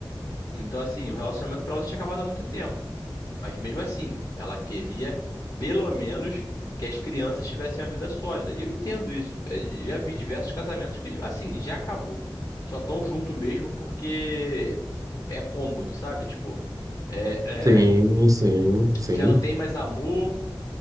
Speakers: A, on the left; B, on the right.
A: Então, assim, o relacionamento pra ela já tinha acabado há muito tempo. Mas mesmo assim, ela queria, pelo menos, que as crianças tivessem uma vida sólida. E eu entendo isso. É, Já vi diversos casamentos que, assim, já acabou. Só tão junto mesmo porque é cômodo, sabe? Tipo, é,
B: Sim,
A: é,
B: sim, sim.
A: já não tem mais amor.